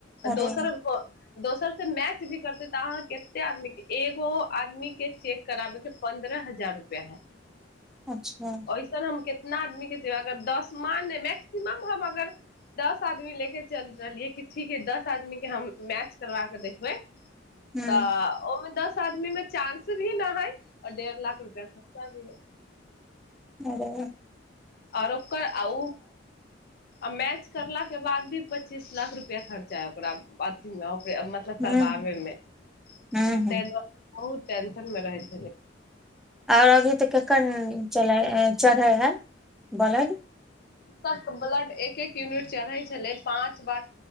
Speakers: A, in the centre; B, on the left (about 55°).
A: अरे
B: दोसरको दोसर से मैच भी करते तऽ अहाँ कते आदमी के एगो आदमी के चेक कराबेके पन्द्रह हजार रुपआ है
A: अच्छा
B: ऐसन हम कितना आदमी के जबाक अगर दस म मैक्सिमम हम अगर दस आदमी लेके चलि रहलियै कि ठीक हे दस आदमी के हम मैच करबा क देखबै
A: हूँ
B: तऽ ओमे दस आदमी मे चानंस भी न हय आओर डेढ़ लाख रुपआ खर्चा भी है
A: आरे
B: आओर ओकर आ ऊ आ मैच करला के बाद भी पच्चीस लाख रुपआ खर्चा है ओकरा अथी मे मतलब
A: हूँ
B: करबाबे मे ताहि
A: हूँ
B: दुआरे बहुत टेंशन मे रहैत छै
A: आओर अभी तऽ कखन चला चढ़ए है ब्लड
B: ब तक ब्लड एक एक यूनिट चढ़ै छलै पाँच बार